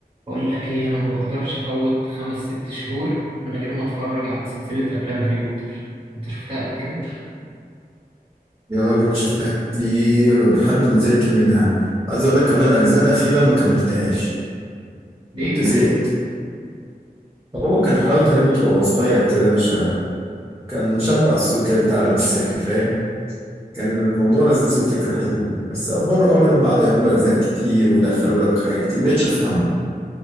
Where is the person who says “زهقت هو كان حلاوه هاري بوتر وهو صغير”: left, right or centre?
Right